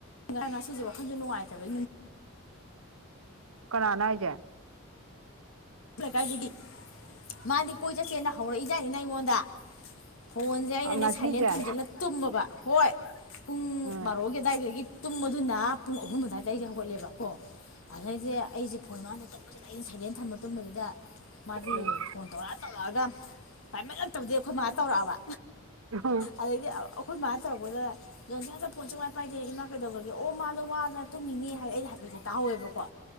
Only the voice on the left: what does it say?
<unintelligible> ꯉꯁꯤꯁꯨ ꯋꯥꯈꯜꯁꯨ ꯅꯨꯡꯉꯥꯏꯇꯕ
ꯑꯩꯈꯣꯏ ꯂꯩꯀꯥꯏꯗꯒꯤ ꯃꯥꯗꯤ ꯀꯣꯏ ꯆꯠꯁꯦꯅ ꯍꯧꯔꯛꯏꯖꯠꯅꯤꯅ ꯑꯩꯉꯣꯟꯗ꯫ ꯐꯣꯟꯁꯦ ꯑꯩꯅꯅꯦ
ꯁꯥꯏꯂꯦꯟ
ꯊꯝꯖꯤꯜꯂ ꯇꯨꯝꯃꯕ ꯍꯣꯏ꯫ ꯄꯨꯡ
ꯕꯥꯔꯣꯒꯤ ꯑꯗꯨꯋꯥꯏꯗꯒꯤ ꯇꯨꯝꯕꯗꯨꯅ ꯄꯨꯡ ꯑꯍꯨꯝ ꯑꯗꯨꯋꯥꯏꯗꯒꯤ ꯍꯧꯒꯠꯂꯦꯕ ꯀꯣ ꯑꯗꯨꯗꯩꯗꯤ ꯑꯩꯁꯦ ꯐꯣꯟ ꯃꯥꯗꯦ ꯇꯧꯕꯁꯤꯗ ꯑꯩꯅ ꯁꯥꯏꯂꯦꯟ ꯊꯝꯃꯥ ꯇꯨꯝꯕꯗꯨꯗ ꯃꯥꯗꯤ
ꯐꯣꯟ ꯇꯧꯔꯛꯑ ꯇꯧꯔꯛꯑꯒ ꯄꯥꯏꯃꯂꯛꯇꯕꯗꯤ ꯑꯩꯈꯣꯏ ꯃꯥ ꯇꯧꯔꯛꯑꯕ
ꯑꯗꯩꯗꯤ ꯑꯩꯈꯣꯏ ꯃꯥꯅ ꯇꯧꯔꯛꯄꯗ <unintelligible> ꯐꯣꯟ ꯁꯨꯡꯄꯥꯢ ꯄꯥꯏꯗꯦ ꯏꯃꯥ ꯀꯩꯗꯧꯈ꯭ꯔꯒꯦ ꯑꯣ ꯃꯥꯗꯣ ꯋꯥꯗꯅ ꯇꯨꯝꯃꯤꯅꯦ ꯍꯥꯏꯅ ꯑꯩꯁ ꯍꯥꯏꯐꯦꯠꯇꯪ ꯇꯥꯍꯧꯋꯦꯕꯀꯣ